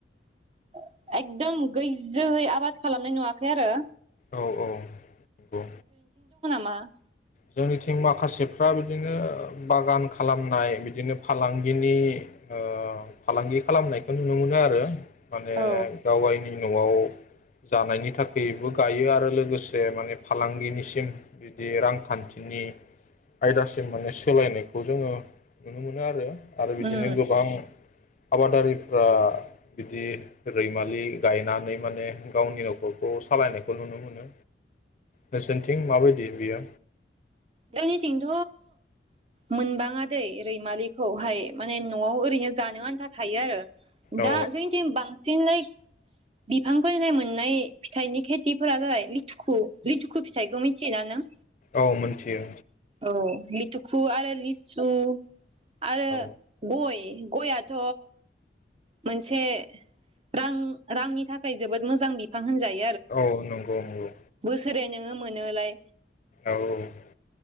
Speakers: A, on the right; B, on the left.
A: <inaudible> एकदम गैजोहै आबाद खालामनाय नुवाखै आरो।
B: औ औ नंगौ।
A: मा?
B: जोंनिथिं माखासेफ्रा बिदिनो बागान खालामनाय बिदिनो फालांगिनि ओ फालांगि खालामनायखौ नुनो मोनो आरो। माने
A: औ
B: गावगायनि न'आव जानायनि थाखायबो गायो आरो लोगोसे माने फालांगिनिसिम बिदि रां खान्थिनि आयदासिम माने सोलायनायखौ जोंङो नुनो मोनो आरो आरो बिदिनो
A: उम
B: गोबां आबादारिफ्रा बिदि रैमालि गायनानै माने गावनि नखरखौ सालायनायखौ नुनो मोनो। नोंसोरनिथिं माबायदि बियो?
A: जोंनिथिंथ' मोनबाङादै रैमालिखौहाय माने नआव ओरैनो जानो आन्था थायो आरो।
B: औ
A: दा जोंथिं बांसिनै बिफां फोरनि मोननाय फिथाइनि खेथिफोरा जाबाय लिथुखु, लिथुखु फिथाइखौ मिथियोना नों?
B: औ मोनथियो।
A: औ लिटुखु आरो लिसु। आरो
B: औ
A: गय गयाथ मोनसे रां रांनि थाखाय जोबोद मोजां बिफां होनजायो
B: औ नंगौ नंगौ
A: जेरै नोंङो मोनोलाय
B: औ औ